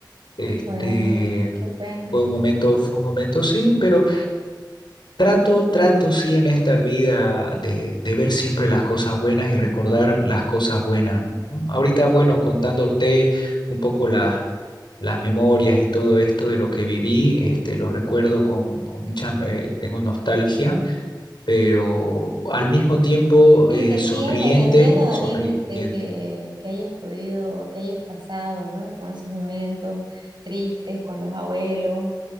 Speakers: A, on the left (about 75°); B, on the right (about 75°).
A: Este,
B: Bueno, qué pena.
A: fue un momento, fue un momento, sí, pero... Trato, trato, sí, en esta vida de, de ver siempre las cosas buenas y recordar las cosas buenas, ¿no? Ahorita, bueno, contándote un poco las, las memorias y todo esto de lo que viví, este, lo recuerdo con, con mucha, eh, tengo nostalgia, pero al mismo tiempo
B: Sí,
A: eh,
B: te entiendo,
A: sonriente,
B: te entiendo, Daniel,
A: sonriente.
B: este, que, que hayas podido, que hayas pasado, ¿no? Con esos momentos tristes, con los abuelos,